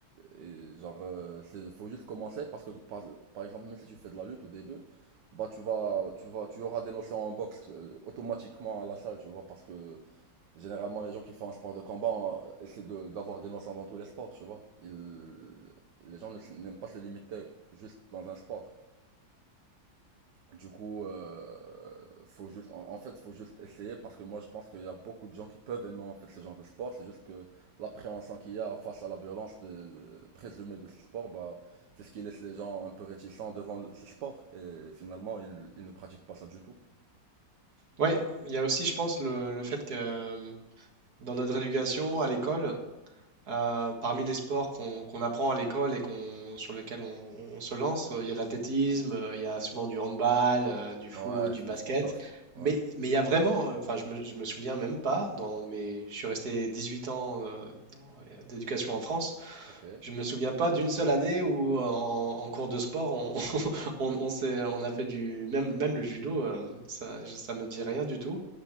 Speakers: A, on the right; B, on the right.
A: et genre, euh, c'est- faut juste commencer parce que, par, par exemple, même si tu fais de la lutte au début, bah, tu vas, tu vas, tu auras des notions en boxe euh, automatiquement à la salle, tu vois, parce que généralement, les gens qui font un sport de combat euh, essaient de, d'avoir des notions dans tous les sports, tu vois. Ils, les gens ne s- n'aiment pas se limiter juste dans un sport. Du coup, euh, faut juste, en, en fait, faut juste essayer parce que moi, je pense qu'il y a beaucoup de gens qui peuvent aimer en fait ce genre de sport. C'est juste que l'appréhension qu'il y a face à la violence de, de- présumée de ce sport, bah, c'est ce qui laisse les gens un peu réticents devant le- ce sport. Et finalement, ils, ils ne pratiquent pas ça du tout.
B: Ouais, il y a aussi, je pense, le, le fait que euh, dans notre éducation à l'école, Euh, parmi les sports qu'on qu'on apprend à l'école et qu'on, sur lesquels on, on se lance, euh, il y a l'athlétisme, euh, il y a souvent du handball, euh, du foot,
A: Ouais,
B: du
A: c'est
B: basket.
A: le sport soft. Ouais.
B: Mais, mais il y a vraiment, euh, enfin, je me, je me souviens même pas, dans mes, je suis resté 18 ans euh, dans- euh, d'éducation en France,
A: Ok.
B: je me souviens pas d'une seule année où euh, en, en cours de sport on, <laughs> on, on s'est- on a fait du même même le judo euh, ça je- ça me dit rien du tout.